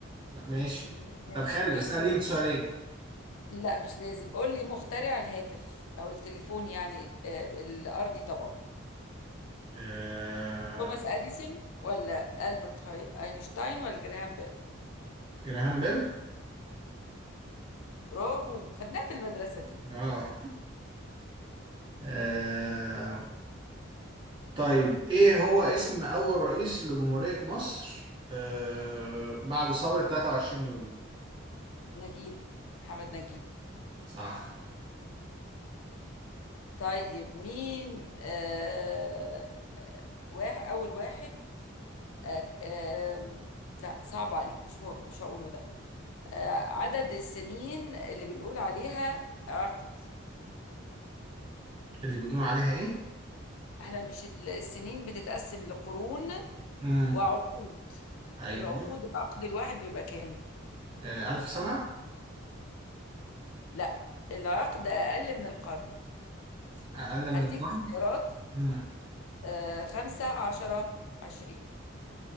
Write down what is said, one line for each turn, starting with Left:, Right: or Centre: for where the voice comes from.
Right: لا ماشي
Left: م- ماشي
Right: طب حلو
Left: <laughs>
Right: اسأليني انت سؤالين
Left: لا مش لازم قول لي مخترع الهاتف او التليفون يعني آه، الارضي طبعا
Right: آه...
Left: توماس اديسون ولا البرت هاي- اينشتاين ولا جراهام بيل
Right: جراهام بيل
Left: برافو خدناها في المدرسة دي
Right: اه آه... طيب ايه هو اسم اول رئيس لجمهورية مصر آه... بعد ثورة 23 يوليو
Left: نجيب محمد نجيب
Right: صح
Left: طيب مين آه واحد اول واحد آه آه لا صعب عليك مش مهم مش هقوله ده آه، عدد السنين اللي بنقول عليها عقد
Right: اللي بنقول عليها ايه؟
Left: احنا مش ال- السنين بتتقسم لقرون
Right: امم
Left: وعقود
Right: ايوه
Left: العقود العقد الواحد بيبقى كام
Right: آه... 1000 سنة
Left: لا العقد اقل من القرن
Right: اقل
Left: هديك
Right: من القرن
Left: اختيارات
Right: امم
Left: آه خمسة عشرة عشرين